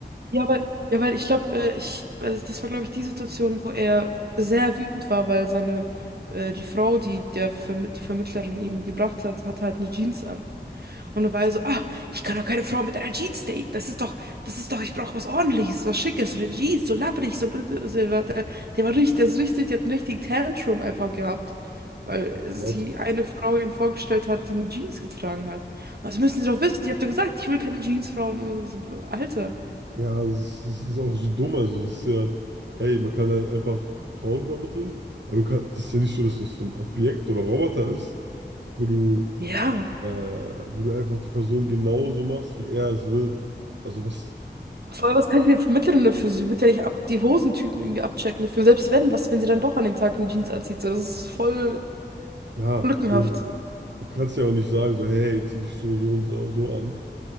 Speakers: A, on the right (about 60°); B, on the right (about 80°).
A: Ja, weil, ja, weil ich glaube, äh, ich, weil das das war, glaube ich, die Situation, wo er sehr wütend war, weil seine, äh, die Frau, die der Verm die Vermittlerin ihm gebracht hat, hatte halt eine Jeans an. Und da war er so, ah, ich kann doch keine Frau mit einer Jeans daten. Das ist doch, das ist doch, ich brauche was Ordentliches, was Schickes, so eine Jeans, so labbrig, so, blöd." also, er war- der, der war richtig, der ist richtig, der hat einen richtigen Tantrum einfach gehabt. Weil sie
B: Gott,
A: eine Frau ihm vorgestellt hat, die eine Jeans getragen hat. Was müssen Sie doch wissen? Ich habe doch gesagt, ich will keine Jeansfrauen. Und so, Alter.
B: Ja, es, ist- es ist auch so dumm. Also, es ist ja, hey, man kann halt einfach Frauen vermitteln, aber du kannst, das ist ja nicht so, dass das so ein Objekt oder Roboter ist, wo du,
A: Ja.
B: äh, wo du einfach die Person genauso machst, wie er es will. Also, was,
A: Vor allem, was kann ich dir vermitteln dafür? Sie wird ja nicht ab die Hosentypen irgendwie abchecken dafür. Selbst wenn, was, wenn sie dann doch an dem Tag eine Jeans anzieht? So, das ist voll
B: ja,
A: lückenhaft.
B: du, du kannst ja auch nicht sagen, so, hey, hey, zieh dich so, so und so, so an,